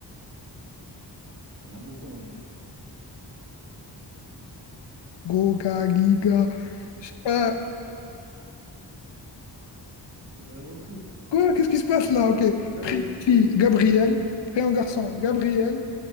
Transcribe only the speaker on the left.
Goga, giga. Je sais pas.
Quoi? Qu'est-ce qui se passe là? Ok.
Prénom fille, Gabriel. Prénom garçon, Gabriel.